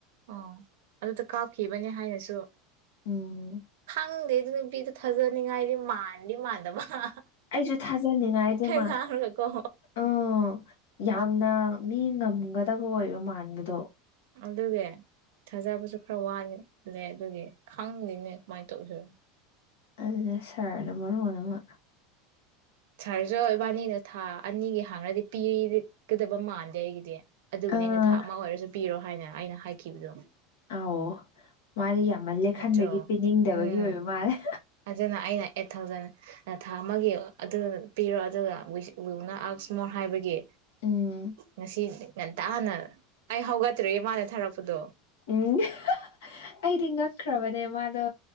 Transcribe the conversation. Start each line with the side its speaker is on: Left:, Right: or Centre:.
Right: ꯑꯣ ꯑꯗꯨꯗ ꯀꯥꯞꯈꯤꯕꯅꯦ ꯍꯥꯏꯅꯁꯨ
Left: ꯎꯝ
Right: ꯈꯪꯗꯦ ꯑꯗꯨ ꯅꯨꯄꯤꯗꯨꯣ ꯊꯥꯖꯅꯤꯡꯉꯥꯏꯗꯤ ꯃꯥꯟꯗꯤ ꯃꯥꯟꯗꯕ ꯃꯥ
Left: ꯑꯩꯁꯨ ꯊꯥꯖꯅꯤꯡꯉꯥꯏ ꯗꯃ
Right: ꯉꯥꯡꯔꯒꯀꯣ
Left: ꯎꯝ ꯌꯥꯝꯅ ꯃꯤ ꯉꯝꯒꯗꯕ ꯍꯣꯏꯕ ꯃꯥꯟꯕꯗꯣ
Right: ꯑꯗꯨꯒ ꯊꯥꯖꯕꯁꯨ ꯈꯔ ꯋꯥꯂꯦ ꯂꯩ ꯑꯗꯨꯒꯤ ꯈꯪꯗꯅꯦ ꯃꯥꯥꯏꯇꯣꯔ
Left: ꯑꯗꯨꯅꯦ ꯁꯔꯅꯝꯕ ꯔꯣꯅꯃ
Right: ꯁꯥꯔꯁꯨ ꯏꯕꯥꯅꯤꯅ ꯊꯥ ꯑꯅꯤꯒꯤ ꯍꯥꯡꯅꯗꯤ ꯄꯤꯒꯗꯕ ꯃꯥꯟꯗꯦ ꯑꯩꯒꯤꯗꯤ ꯑꯗꯨꯒꯤꯅꯦ
Left: ꯑꯥ
Right: ꯑꯩꯅ ꯊꯥ ꯑꯃ ꯑꯣꯏꯔꯁꯨ ꯄꯤꯔꯣ ꯍꯥꯏꯅ ꯑꯩꯅ ꯍꯥꯏꯈꯤꯕꯗꯣ
Left: ꯑ ꯃꯥꯗꯤ ꯌꯥꯝꯃ ꯂꯦꯛꯍꯟꯕꯒꯤ
Right: ꯅꯠꯇ꯭ꯔꯣ
Left: ꯄꯤꯅꯤꯡꯗꯕꯒꯤ
Right: ꯎꯝ
Left: ꯑꯣꯏꯕ ꯃꯥꯜꯂꯦ
Right: ꯑꯗꯨꯅ ꯑꯩꯅ ꯑꯩꯠ ꯊꯥꯎꯖꯟꯅꯤ ꯊꯥ ꯑꯃꯒꯤ ꯑꯗꯨ ꯄꯤꯔꯣ ꯑꯗꯨꯒ ꯎꯅ ꯑꯁꯣꯔ ꯍꯥꯏꯕꯒꯤ
Left: ꯎꯝ
Right: ꯉꯁꯤ ꯉꯟꯇꯥꯅ ꯑꯩ ꯍꯧꯒꯠꯇ꯭ꯔꯔꯤ ꯃꯥꯅ ꯊꯥꯔꯛꯄꯗꯣ
Left: ꯎꯝ ꯑꯩꯗꯤ ꯉꯛꯈ꯭ꯔꯕꯅꯦ ꯃꯥꯗꯣ